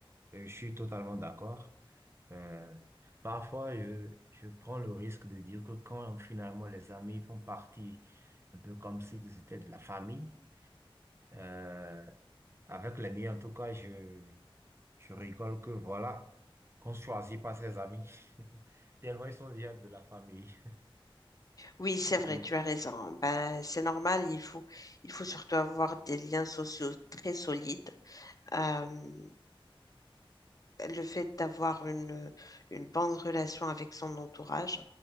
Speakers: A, on the right; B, on the left.
A: Euh, je suis totalement d'accord. Euh, parfois, je, je prends le risque de dire que quand finalement les amis font partie, un peu comme s'ils étaient de la famille, euh, avec les miens en tout cas, je, je rigole que voilà, qu'on ne choisit pas ses amis, <laughs> tellement ils sont déjà de la famille.
B: Oui, c'est vrai,
A: <laughs>
B: tu as raison. hein. Ben, c'est normal, il faut, il faut surtout avoir des liens sociaux très solides. Euh, le fait d'avoir une, une bonne relation avec son entourage,